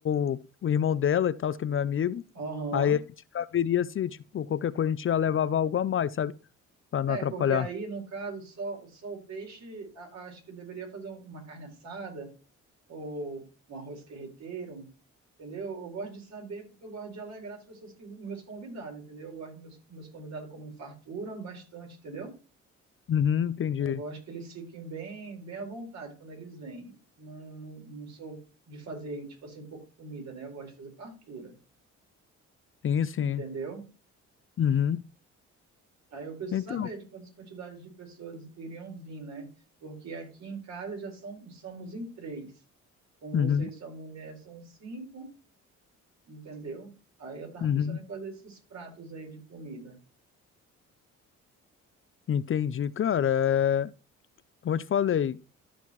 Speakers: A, on the left (about 45°); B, on the right (about 60°).
A: o, o irmão dela e tal, que é meu amigo.
B: Aham.
A: Aí a gente já veria se, tipo, qualquer coisa a gente já levava algo a mais, sabe? Pra não
B: É,
A: atrapalhar.
B: porque aí, no caso, só, só o peixe, a- acho que deveria fazer um- uma carne assada ou um arroz carreteiro, entendeu? Eu gosto de saber porque eu gosto de alegrar as pessoas que meus convidados, entendeu? Eu gosto de meus, meus convidados como um fartura bastante, entendeu?
A: Uhum, entendi.
B: Eu gosto que eles fiquem bem, bem à vontade quando eles vêm. Não, não, não sou de fazer, tipo assim, pouca comida, né? Eu gosto de fazer fartura,
A: Sim, sim.
B: entendeu?
A: Uhum.
B: Aí eu preciso
A: Então.
B: saber de quantas quantidades de pessoas iriam vir, né? Porque aqui em casa já são, somos em três. Com você
A: Uhum,
B: e sua mulher são cinco, entendeu? Aí eu tava
A: uhum.
B: pensando em fazer esses pratos aí de comida.
A: Entendi, cara. é, Como eu te falei,